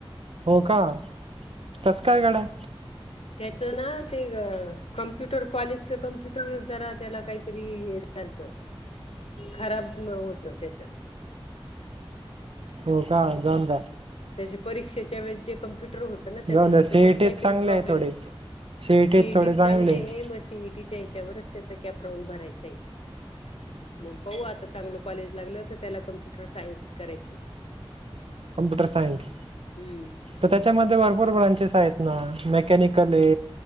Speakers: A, on the right; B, on the left.
A: हो का कस काय गड्या?
B: त्याचं ना ते कम्प्युटर कॉलेजच कम्प्युटर जरा त्याला काहीतरी हे झा झालत खराब अ होतं त्याचं.
A: हो का जाऊन द्या.
B: त्याचे परीक्षेच्या वेळेस जे कम्प्युटर होतं ना त्याचं
A: जाऊन द्या सीईटीत
B: त्याच्यात काहीतरी
A: चांगले
B: प्रॉब्लेम
A: आहे थोडे सीईटीत
B: सी ई
A: थोडे
B: टीत चांगले
A: आहे
B: ए मग सी ई टीच्या ह्याच्यावरच त्याचा कॅपराऊंड भरायचांय. मग पाहू आता चांगलं कॉलेज लागलं तर त्याला कम्प्युटर सायन्स करायचं.
A: कम्प्युटर सायन्स
B: हम्म
A: तर त्याच्यामध्ये भरपूर ब्रांचेस आहेत ना मेकॅ मेकॅनिकल ए